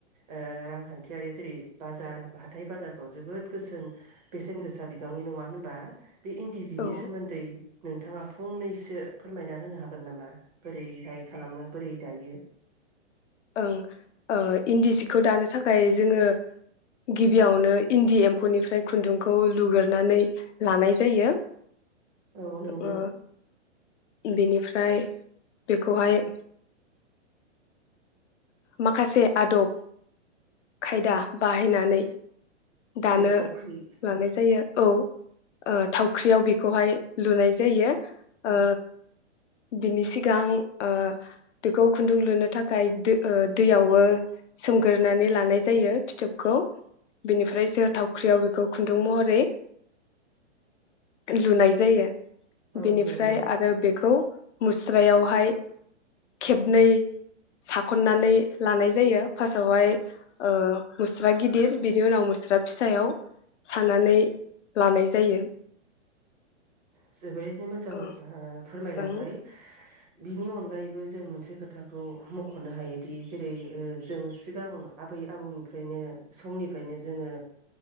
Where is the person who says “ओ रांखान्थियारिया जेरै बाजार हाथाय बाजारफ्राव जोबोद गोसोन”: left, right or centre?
Right